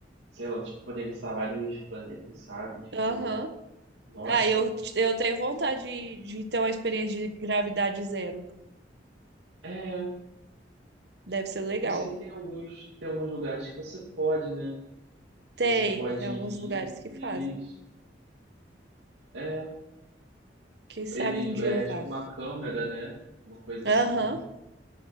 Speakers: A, on the right; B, on the right.
A: sei lá, tipo, poder visitar vários planetas, sabe? Tipo,
B: aham.
A: nossa.
B: Ah, eu, eu tenho vontade de, de ter uma experiência de gravidade zero.
A: É,
B: Deve ser legal.
A: eu sei que tem alguns, tem alguns lugares que você pode, né? Que
B: Tem,
A: você pode
B: tem alguns
A: ir
B: lugares que
A: e
B: fazem.
A: eles, é,
B: Quem sabe
A: eles,
B: um dia
A: é
B: eu vá.
A: tipo uma câmera, né? Uma coisa assim,
B: Aham.
A: né?